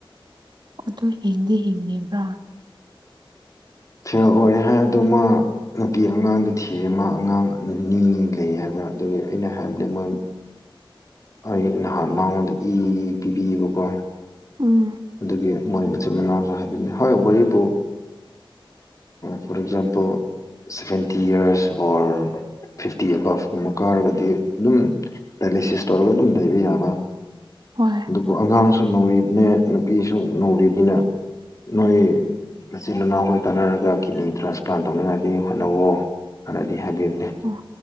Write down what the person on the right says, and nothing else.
ꯑꯗꯨ ꯍꯤꯡꯗꯤ ꯍꯤꯡꯉꯤꯕ꯭ꯔꯥ
ꯎꯝ
ꯍꯣꯏ
ꯑꯣ